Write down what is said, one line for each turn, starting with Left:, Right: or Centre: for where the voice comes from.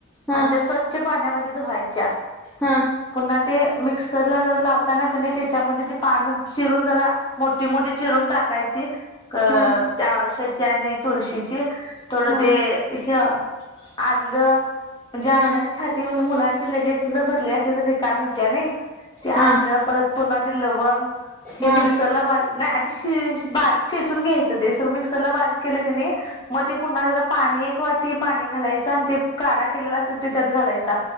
Centre: हा
Left: आणि त्या स्वच्छ पाण्यामध्ये धुवायच्या,
Centre: हा हा
Left: पुन्हा ते मिक्सरला जर लावताना, कनी त्याच्यामध्ये ते पान चिरून जरा, मोठी मोठी चिरून टाकायची, अ
Centre: हा
Left: त्या आडुश्याची आणि तुळशीची थोडं
Centre: हा
Left: ते
Centre: हा
Left: ह आल्लं, म्हणजे आल्यान
Centre: हा
Left: छाती मुलांची लगेज जर भरली असली तर रिकामी होत्या नय. ते
Centre: हा
Left: आलं, परत पुन्हा ते लवंग. हे
Centre: हा
Left: मिक्सरला बारीक सनाही आधी शे ब शेचून घ्यायचं, ते सगळं, मिक्सरला बारीक केलं कीनी, मग ते पुन्हा जरा, पाणी एक वाटी पाणी घालायचं, आणि ते काढा केलेला असे त त्यात घालायचा,